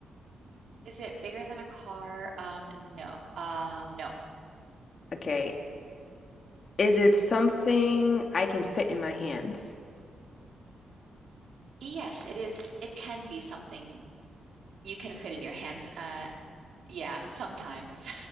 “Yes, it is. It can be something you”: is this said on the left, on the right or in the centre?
Right